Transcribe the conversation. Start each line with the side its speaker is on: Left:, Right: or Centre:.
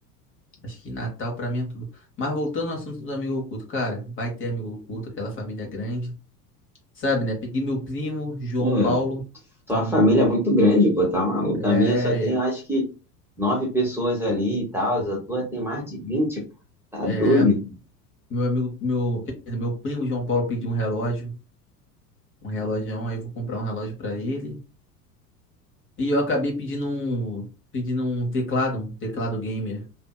Left: Acho que Natal pra mim é tudo. Mas voltando ao assunto do amigo oculto, cara, vai ter amigo oculto, aquela família grande, sabe, né? Peguei meu primo, João
Centre: Pô,
Left: Paulo,
Centre: tua
Left: um amigo
Centre: família
Left: oculto.
Centre: é muito grande, pô, tá maluco?
Left: É,
Centre: A minha só tem, eu acho que, nove pessoas ali e tal, a tua tem mais de vinte pô. Tá
Left: é,
Centre: doido,
Left: meu amigo, meu, quer dizer, meu primo João Paulo pediu um relógio, um relógio, aí eu vou comprar um relógio pra ele. E eu acabei pedindo um, pedindo um teclado, um teclado gamer.